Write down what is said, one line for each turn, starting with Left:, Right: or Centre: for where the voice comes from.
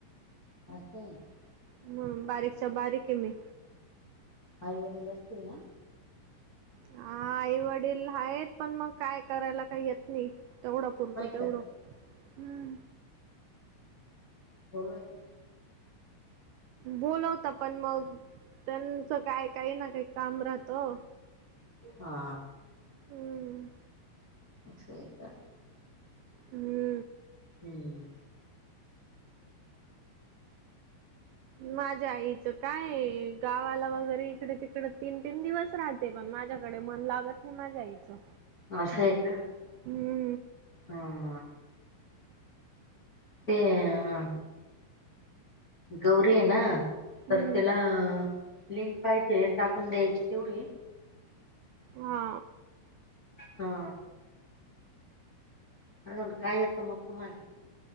Left: असचछ
Right: हम बारीकच्या बारीक आहे मी
Left: आई वडील असतील ना
Right: हा आई वडील आहेत पण मग काय करायला काही येत नाही तेवढा पुरत
Left: नाही
Right: तेवढं
Left: का
Right: हम्म
Left: बोलय का
Right: बोोलवता पण मग त्यांचं काय काही ना काही काम राहतं
Left: हा
Right: हम्म
Left: स का
Right: हम्म
Left: हम्म
Right: माझ्या आईचं काय गावाला वगैरे इकडे तिकडे तीन तीन दिवस राहते पण माझ्याकडे मन लागत नाही माझ्या आईचं
Left: असं आहे का
Right: हम्म
Left: हा ते अ गौरी आहे ना
Right: हम्म
Left: तर तिला लिंक पाहिजे टाकून द्यायची तेवढी
Right: हा
Left: हा अून काहीत् मक्कुमान